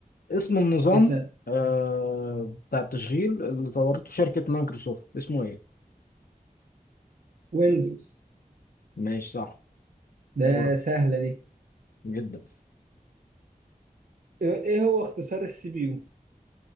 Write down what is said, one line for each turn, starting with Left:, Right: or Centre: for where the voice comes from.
Left: اسم النظام
Right: اسال
Left: آه بتاع التشغيل اللي طورته شركة مايكروسوفت اسمه ايه
Right: ويندوز
Left: ماشي صح
Right: ده
Left: دورك
Right: سهله دي
Left: جدا
Right: ايه إيه هو اختصار السي بي يو